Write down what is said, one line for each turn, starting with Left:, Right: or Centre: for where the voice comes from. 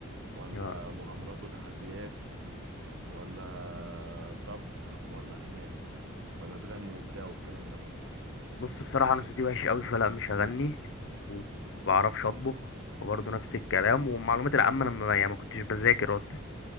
Right: ولا
Left: آه.
Right: مغامرات وتحديات ولا طبخ ولا غناء ولا تغني وبتاع والكلام ده
Left: بص بصراحه انا صوتي وحش قوي فلا مش هغني ومبعرفش اطبخ وبرضه نفس الكلام والمعلومات العامه انا ما يعني ما كنتش بذاكر اصلا